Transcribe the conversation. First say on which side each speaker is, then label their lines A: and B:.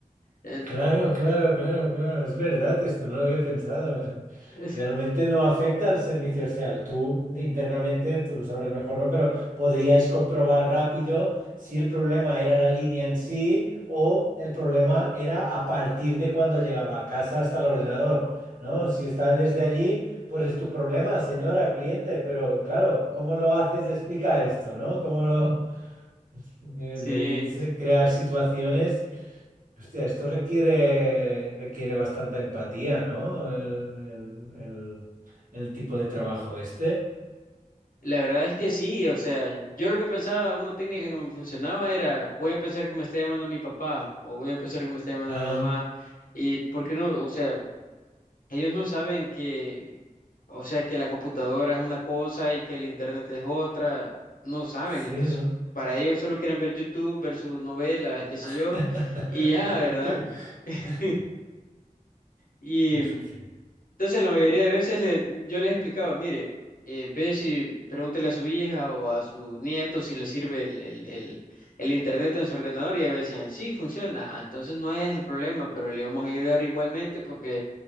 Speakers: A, on the left; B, on the right.
A: Eh,
B: Claro, claro, claro, claro, es verdad esto, no lo había pensado.
A: es-
B: Realmente
A: <laughs>
B: no afecta al servicio, o sea, tú internamente, tú lo sabrás mejor, ¿no? Pero podríais comprobar rápido si el problema era la línea en sí o el problema era a partir de cuando llegaba a casa hasta el ordenador, ¿no? Si está desde allí, pues es tu problema, señora, cliente, pero claro, ¿cómo lo haces explicar esto, ¿no? ¿Cómo lo... de-
A: Sí,
B: Debían ser- crear situaciones. Hostia, esto requiere, requiere bastante empatía, ¿no? El, el- el- el tipo de trabajo este.
A: la verdad es que sí, o sea, yo lo que pensaba, una técnica que me funcionaba era, voy a pensar que me está llamando mi papá o voy a pensar que me está llamando
B: Ah,
A: mi mamá y, ¿por qué no? O sea, Ellos no saben que, o sea, que la computadora es una cosa y que el internet es otra, no saben.
B: sí,
A: Entonces,
B: ¿no?
A: para ellos solo quieren ver YouTube, ver sus novelas, qué sé
B: <laughs>
A: yo, y ya, ¿verdad? <laughs> Y
B: Hostia.
A: entonces, la mayoría de veces le- yo les explicaba, mire, eh, ve si pregúntele a su hija o a su nieto si le sirve el, el, el- el internet en su ordenador y ya me decían, sí, funciona, Ah, entonces no es el problema, pero le vamos a ayudar igualmente porque